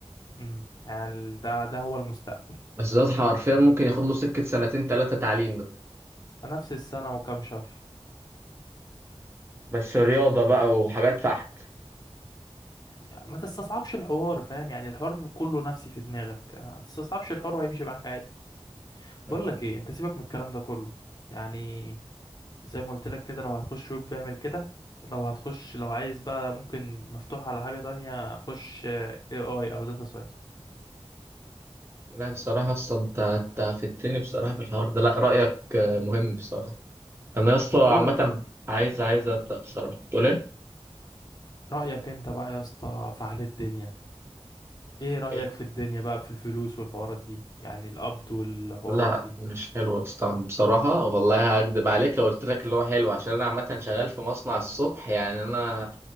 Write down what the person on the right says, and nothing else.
بس ده حرفيا ممكن ياخد له سكه سنتين ثلاثه تعليم ده
بس رياضه بقى وحاجات فحت
مم.
لا بصراحه اصلا انت انت فدتني بصراحه في الحوار ده لا رايك آه، مهم بصراحه انا يا اسطى
عامه
عايز عايز ابدا بصراحه تقول
ايه
لا
مش حلو يا اسطى بصراحة والله هكدب عليك لو قلت لك اللي هو حلو عشان أنا عامة شغال في مصنع الصبح يعني أنا